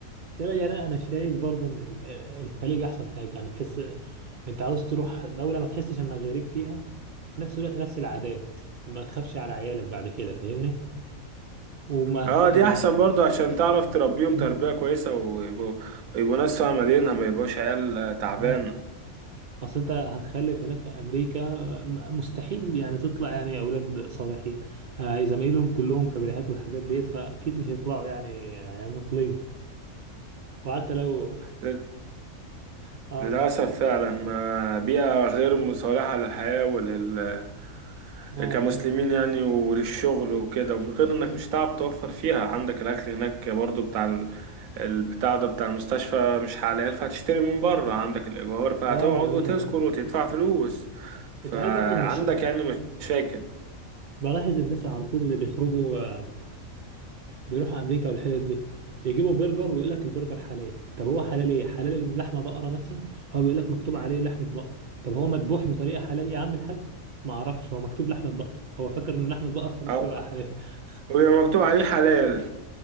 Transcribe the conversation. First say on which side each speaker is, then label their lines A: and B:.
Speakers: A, on the right; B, on the right.
A: شايف- يعني انا شايف برضه ان ال- الخليج احسن حاجه يعني تحس انت عاوز تروح دولة ما تحسش انك غريب فيها في نفس الوقت نفس العادات ما تخافش على عيالك بعد كده فاهمني وما
B: اه
A: ت... و...
B: دي احسن برضه عشان تعرف تربيهم
A: مم.
B: تربية كويسة ويبقوا يبقوا ناس فاهمة دينها ما يبقوش عيال آه، تعبانة
A: مم. اصل انت هتخلف هناك في امريكا م- مستحيل يعني تطلع يعني اولاد صالحين آه، زمايلهم كلهم كبريهات والحاجات ديت فاكيد مش هيطلعوا يعني آه، نقلين وحتى لو
B: <laughs>
A: <laughs> اه
B: للأسف فعلا ما بيئة غير مصالحة للحياة ولل
A: ما والله
B: كمسلمين يعني وللشغل وكده وغير انك مش هتعرف توفر فيها عندك الاكل هناك برضو بتاع ال- البتاع ده بتاع المستشفى مش حلال فهتشتري من بره عندك الايجار فهتقعد
A: اه ما
B: وتسكن
A: ده
B: وتدفع فلوس فعندك
A: انت عارف برضه مش
B: يعني مشاكل
A: بلاحظ الناس على طول اللي بيخرجوا آه، بيروحوا امريكا والحتت دي يجيبوا برجر ويقول لك البرجر حلال طب هو حلال ايه حلال إن لحمه بقره مثلا هو بيقول لك مكتوب عليه لحمه بقر طب هو مذبوح بطريقه حلال يا عم الحاج ما اعرفش هو مكتوب لحمه بقر هو فاكر ان لحمه بقر خلاص
B: اه
A: كده بقى حلال <laughs>
B: ويبقى مكتوب عليه حلال